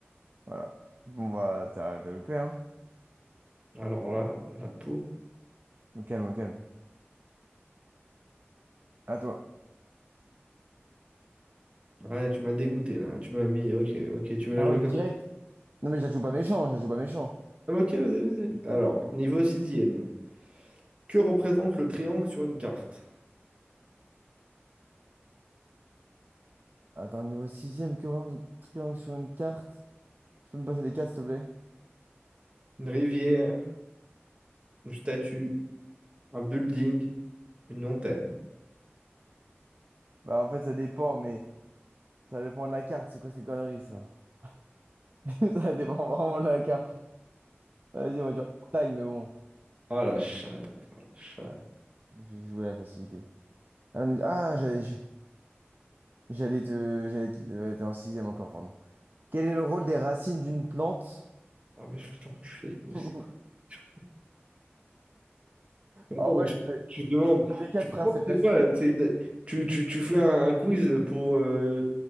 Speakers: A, on the right; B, on the right.
A: Voilà. Bon, bah, t'as t'as loupé, hein?
B: Alors là, la peau.
A: Au calme, au calme. À toi.
B: Ouais, tu m'as dégoûté, là. Tu m'as mis... Ok, ok, tu veux
A: Ah
B: la jouer
A: ouais,
B: comme...
A: direct. Non, mais je la joue pas méchant, je la joue pas méchant.
B: Ah, mais ok, vas-y, vas-y. Alors, niveau sixième. Que représente le triangle sur une carte?
A: Attends, niveau sixième ème triangle triangle sur une carte. Tu peux me passer les cartes, s'il te plaît?
B: Une rivière, une statue, un building, une montagne.
A: Bah, en fait, ça dépend, mais ça dépend de la carte. C'est quoi ces conneries, ça? <laughs> Ça dépend vraiment de la carte. Vas-y, on va dire montagne, mais bon.
B: Ah la chatte, ah la chatte.
A: Voilà. J'ai joué la facilité. Ah, mais- ah, j'allais j'ai- j'allais te. J'allais te. ouais, t'es en sixième encore, pardon. Quel est le rôle des racines d'une plante?
B: Ah mais je vais t'enculer, mais
A: <laughs>
B: c'est quoi? Je- Attends,
A: Ah
B: mais
A: ouais,
B: tu,
A: c'est-
B: tu demandes,
A: les quatre
B: tu demandes,
A: frères, c'est facile.
B: c'est quoi? C'est de- Tu, tu, tu fais un, un quiz pour, euh,